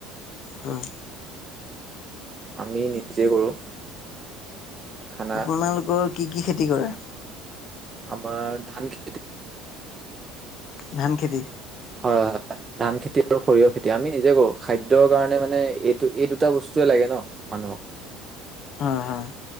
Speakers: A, on the left; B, on the right.
A: উম।
B: আমি নিজে কৰো। খানা
A: আপোনালোকৰ কি কি খেতি কৰে?
B: আমাৰ ধান খেত
A: ধান খেতি?
B: হয় হয়। ধান খেতি আৰু সৰিয়হ খেতি, আমি নিজে কৰো খাদ্যৰ কাৰণে মানে এইটো এই দুটা বস্তুয়ে লাগে ন। মানুহক।
A: হয় হয়।